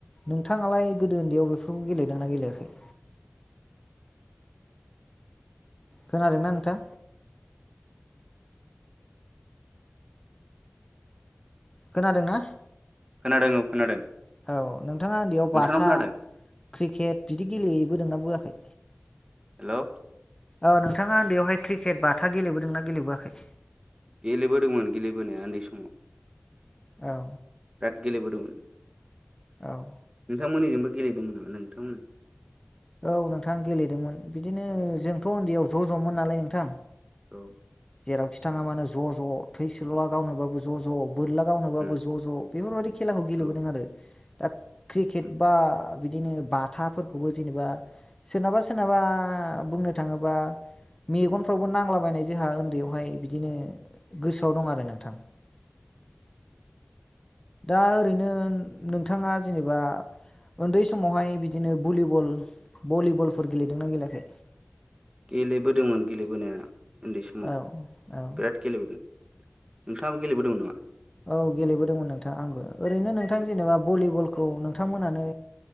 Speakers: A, on the left (about 15°); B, on the right (about 20°).
A: नोंथाङालाय गोदो उन्दैयाव बेफोरखौ गेलेदों ना गेलेयाखै खोनादोंना नोंथां खोनादों ना
B: खोनादों औ खोनादों
A: औ नोंथाङा उन्दैयाव
B: नोंथांनाव
A: बाथा
B: खोनादों
A: क्रिकेट बिदि गेलेयोबो दोंना बोआखै
B: हेल'
A: औ नोंथाङा उन्दैयावहाय क्रिकेट बाथा गेलेबोदोंना गेलेबोआखै
B: गेलेबोदोंमोन गेलेबोनाया उन्दै समाव
A: औ
B: गेलेबोदोंमोन
A: औ
B: नोंथांमोननिजोंबो गेलेदोंमोन नामा नोंथांमोना
A: औ नोंथां गेलेदोंमोन बिदिनो जोंथ' उन्दैयाव ज' ज'मोन नालाय नोंथां
B: औ
A: जेरावखि थाङा मानो ज' ज' थैसोरल'ला गावनोबबो ज' ज' बोरला गावनोबाबो
B: उम
A: ज' ज' बेफोरबायाददि खेलाखौ गेलेबोदों
B: औ
A: आरो दा क्रिकेट
B: उम
A: बा बिदिनो बाथाफोरखौबो जेनेबा सोरनाबा सोरनाबा बुंनो थाङोबा मेगनफ्रावबो नांलाबायनाय जोंहा उन्दैयावहाय बिदिनो गोसोआव दं आरो नोंथां <unintelligible> <inaudible> दा ओरैनो नोंथाङा जेनेबा उन्दै समावहाय बिदिनो भलिबल भलिबलफोर गेलेदोंना गेलेयाखै
B: गेलेबोदोंमोन गेलेबोनाया उन्दै समाव
A: औ औ
B: बिराद गेलेबोदों नोंथाङाबो गेलेबोदोंमोन नामा
A: औ गेलेबोदोंमोन नोंथां आंबो ओरैनो नोंथां
B: उम
A: जेनेबा भलिबलखौ नोंथांमोनानो